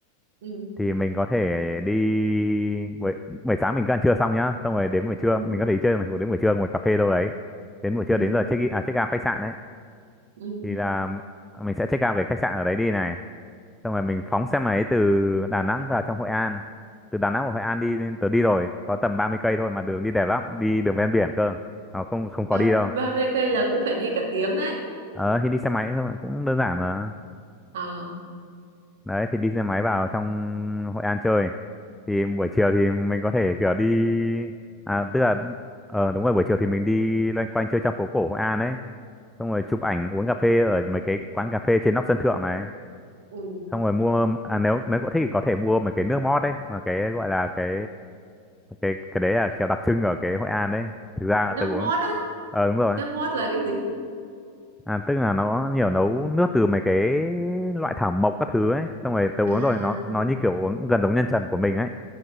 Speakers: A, on the right (about 55°); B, in the centre.
A: Ừ.
B: thì mình có thể đi buổi buổi sáng mình cứ ăn trưa xong nhá, xong rồi đến buổi trưa
A: ừ,
B: mình có thể đi chơi đến buổi trưa ngồi cà phê đâu đấy. Đến buổi
A: ừ,
B: trưa đến giờ check in à check out khách sạn ấy
A: ừ.
B: thì là mình sẽ check out cái khách sạn ở đấy đi này xong rồi mình phóng xe máy từ Đà Nẵng vào trong Hội An từ Đà Nẵng vào Hội An đi tớ đi rồi có tầm 30 cây thôi mà đường đi đẹp lắm đi đường ven biển cơ nó không không có
A: Ba,
B: đi đâu
A: ba mươi cây là cũng phải đi cả tiếng đấy
B: ờ thì đi xe máy thôi mà, cũng đơn giản mà
A: Ờ,
B: đấy thì đi xe máy vào trong Hội An chơi thì buổi chiều thì mình có thể kiểu đi à tức là ờ đúng rồi buổi chiều thì mình đi loanh quanh chơi trong phố cổ Hội An ấy xong rồi chụp ảnh uống cà phê ở mấy cái quán cà phê trên nóc sân thượng này
A: ừ.
B: xong rồi mua à nếu nếu cậu thích thì có thể mua mấy cái nước mót đấy mà cái gọi là cái cái cái đấy là kiểu đặc trưng ở cái Hội An đấy thực ra
A: nước
B: là tớ uống
A: mót á
B: ờ đúng rồi
A: nước mót là cái gì
B: à tức là nó nhiều nấu nước từ mấy cái loại thảo mộc các thứ ấy xong rồi tớ uống
A: à,
B: rồi nó nó như kiểu uống gần giống nhân trần của mình ấy